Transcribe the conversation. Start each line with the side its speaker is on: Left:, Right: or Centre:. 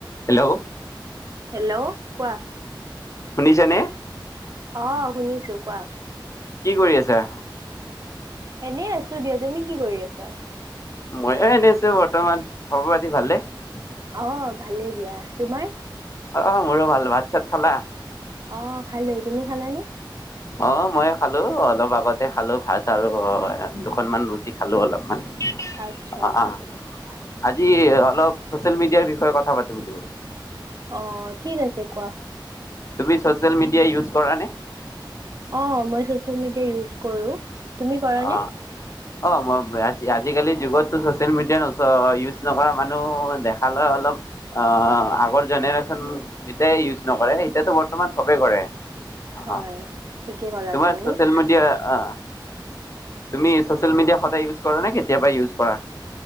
Left: Hello.
Right: Hello, কোৱা?
Left: শুনিছেনে?
Right: অ, শুনিছো কোৱা?
Left: কি কৰি আছা?
Right: এনেই আছো দিয়া, তুমি কি কৰি আছা?
Left: মইও এনে আছো বৰ্তমান। খবৰ পাতি ভালে নে?
Right: অ ভালেই দিয়া, তোমাৰ?
Left: অ মোৰো ভাল। ভাত-চাত খালা?
Right: অ খালো। তুমি খালা নে?
Left: অ মই খালো অলপ আগতে খালো ভাত আৰু অ দুখনমান ৰু টি খালো অলপমান
Right: আচ্ছা
Left: অ আহ আজি অলপ ছ'চিয়েল মিডিয়াৰ বিষয়ে কথা পাতে বুলি ভাবিছিলোঁ।
Right: অ ঠিক আছে কোৱা।
Left: তুমি ছ'চিয়েল মিডিয়া ইউজ কৰা নে?
Right: অ মই ছ'চিয়েল মিডিয়া ইউজ কৰো। তুমি কৰা নে
Left: অ। অ মই আজিকালি যুগতো ছ'চিয়েল মিডিয়া ইউজ নকৰা মানুহ দেখালয় অলপ অ আগৰ জেনেৰেশ্যন যেতিয়াই ইউজ নকৰে এতিয়াটো বৰ্তমান চবে কৰে। অ
Right: হয় ঠিকে ক'লা
Left: তোমাৰ
Right: তুমি
Left: ছ'চিয়েল মিডিয়া অ তুমি ছ'চিয়েল মিডিয়া সদায় ইউজ কৰা নে কেতিয়াবা ইউজ কৰা?